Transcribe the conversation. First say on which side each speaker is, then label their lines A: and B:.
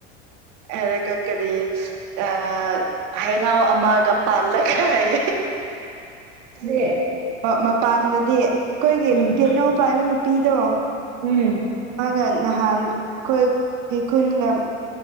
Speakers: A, on the right (about 55°); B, on the right (about 80°).
A: <inaudible> ꯍꯥꯏꯔꯒ ꯀꯔꯤ ꯑꯥ ꯍꯩꯅꯥꯎ ꯑꯃꯒ ꯄꯥꯜꯂꯒ ꯍꯥꯏ
B: ꯁꯤ
A: ꯃꯄꯥꯟꯗꯗꯤ ꯑꯩꯈꯣꯏꯒꯤ
B: ꯎꯝ
A: ꯀꯩꯅꯧ ꯄꯥꯏꯕ ꯅꯨꯄꯤꯗꯣ
B: ꯎꯝ
A: ꯃꯥꯒ ꯅꯍꯥꯟ ꯑꯩꯈꯣꯏꯒꯤ ꯈꯨꯟꯒ